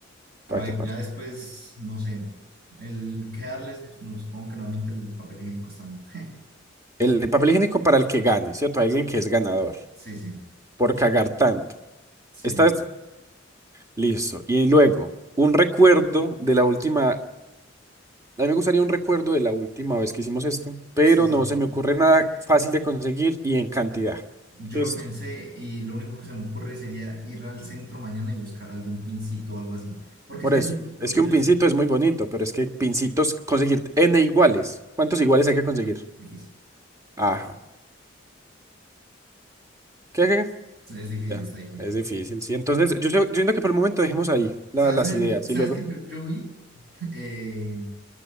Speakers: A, on the right; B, on the right.
A: A
B: ¿Para
A: ver,
B: qué parte?
A: ya después, no sé. El quedarles, no, supongo que nuevamente el papel higiénico está bien. <laughs>
B: El, el papel higiénico para el que gane, ¿cierto? Alguien que es ganador
A: Sí, sí.
B: por cagar tanto.
A: Sí,
B: Esta
A: sí,
B: es listo. Y luego, un recuerdo de la última A mí me gustaría un recuerdo de la última vez que hicimos esto, pero
A: sí,
B: no se
A: sí.
B: me ocurre nada fácil de conseguir y en cantidad.
A: yo
B: Listo.
A: lo pensé y lo único que se me ocurre sería ir al centro mañana y buscar algún pincito o algo así. Porque
B: Por
A: es que
B: eso.
A: yo, lo
B: Es
A: que
B: que
A: yo...
B: un pincito
A: sí,
B: es muy bonito, pero es que pincitos, conseguir n iguales. ¿Cuántos iguales hay que conseguir?
A: Difícil,
B: Ajá. ¿Qué, qué?
A: es difícil,
B: qué? Ya.
A: está difícil.
B: Es difícil, sí. Entonces, yo, sé- yo siento que por el momento dejemos ahí la-
A: ¿Sabes,
B: las
A: sabes,
B: ideas
A: sabes
B: y luego.
A: que yo, yo vi <laughs> eh,